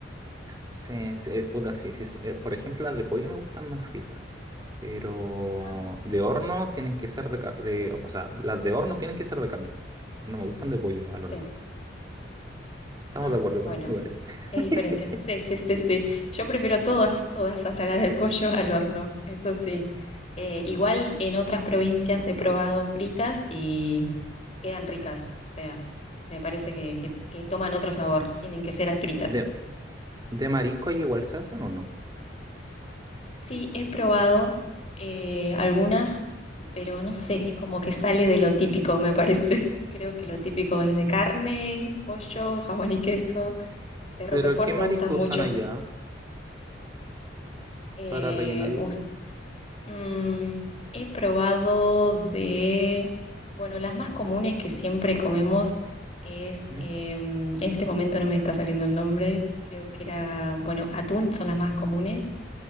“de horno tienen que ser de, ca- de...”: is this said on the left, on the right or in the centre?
Right